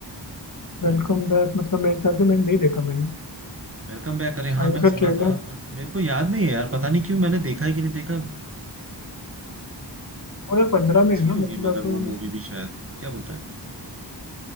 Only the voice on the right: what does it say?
वेलकम बैक अरे हाँ
मैंने
सुना
था बट मेरे को याद नहीं है यार पता नहीं क्यों मैंने देखा ही कि नहीं देखा
अच्छी
होगी
मगर वो मूवी भी शायद क्या बोलता है